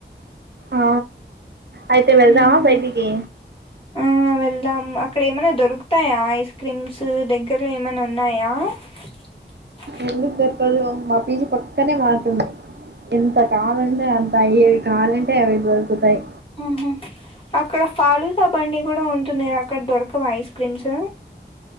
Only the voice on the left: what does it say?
మ్మ్
ఆ వెళ్దాం అక్కడ ఏమైనా దొరుకుతాయా ఐస్ క్రీమ్స్ దగ్గర్లో ఏమైనా ఉన్నాయా. <unintelligible> <inaudible>
ఉమ్ హూ అక్కడ ఫాలుద బండి కూడా ఉంటుంది. అక్కడ దొరకవ ఐస్ క్రీమ్స్